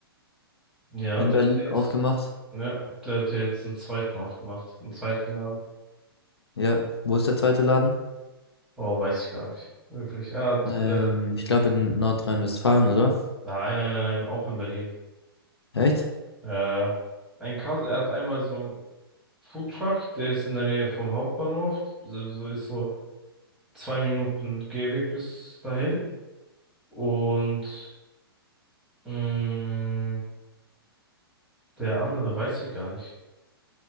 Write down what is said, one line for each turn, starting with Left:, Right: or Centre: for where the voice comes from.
Centre: Ja,
Left: in
Centre: der
Left: Berlin
Centre: hat jetzt,
Left: aufgemacht.
Centre: ja, der hat jetzt einen zweiten aufgemacht. Einen zweiten Laden.
Left: Ja, wo ist der zweite Laden?
Centre: Oh, weiß ich gar nicht. Wirklich. Er hat,
Left: Ähm,
Centre: äh,
Left: ich glaube in Nordrhein-Westfalen, oder?
Centre: nein, nein, nein, nein, auch in Berlin.
Left: Echt?
Centre: Äh, ein Kas er hat einmal so einen Foodtruck, der ist in der Nähe vom Hauptbahnhof. So, so ist so zwei Minuten Gehweg bis dahin. Und, mh, der andere weiß ich gar nicht.